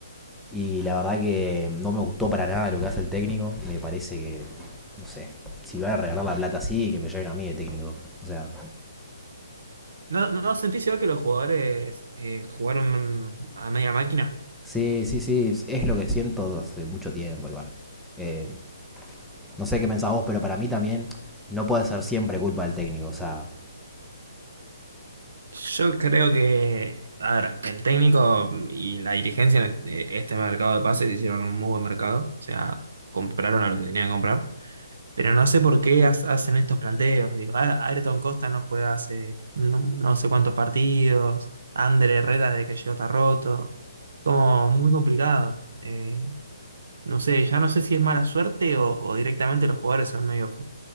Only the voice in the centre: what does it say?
Y la verdad que no me gustó para nada lo que hace el técnico. Me parece que, no sé, si van a regalar la plata así, que me lleven a mí de técnico. O sea,
Sí, sí, sí, es es lo que siento hace mucho tiempo igual. Eh, no sé qué pensás vos, pero para mí también no puede ser siempre culpa del técnico. O sea,